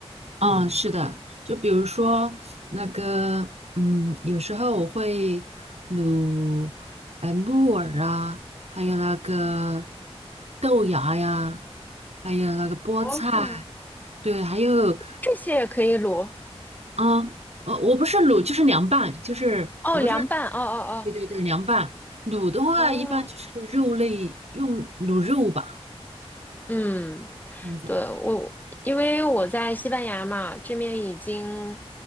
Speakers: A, on the right (about 80°); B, on the left (about 15°).
A: 嗯，是的，就比如说那个，嗯，有时候我会卤呃木耳啊，还有那个豆芽呀，还有那个菠菜。
B: 哦，
A: 对，还有，
B: 这些也可以卤。
A: 嗯，呃，我不是卤，就是凉拌，就是我不知道，
B: 哦，凉拌。哦哦
A: 对对对，凉拌。卤的话，
B: 哦哦，
A: 一般就是肉类用卤肉吧，
B: 嗯。
A: 这样子。
B: 对，我，因为我在西班牙嘛，这面已经